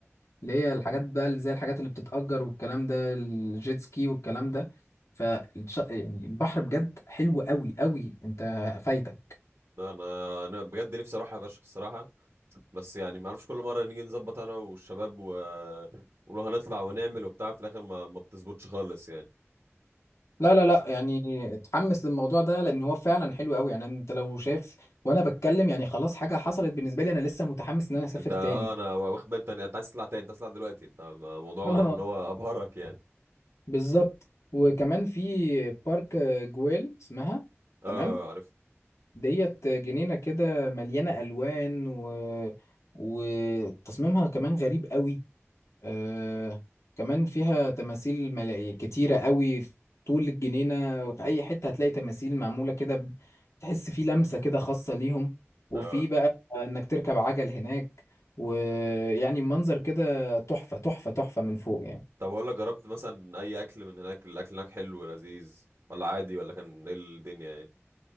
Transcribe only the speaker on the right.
لا، انا انا بجد نفسي اروحها فشخ الصراحه بس يعني ما اعرفش كل مره نيجي نظبط انا والشباب و... ونروح هنطلع ونعمل وبتاع في الاخر ما, ما بتظبطش خالص يعني
بس
انت اه
انا واخد بالي انت انت عايز تطلع تاني انت عايز تطلع دلوقتي انت الموضوع واضح
ان هو ابهرك يعني
اه
آه، عارف
اه
طب اقول لك جربت مثلا اي اكل من هناك الاكل هناك حلو ولذيذ ولا عادي ولا كان ايه الدنيا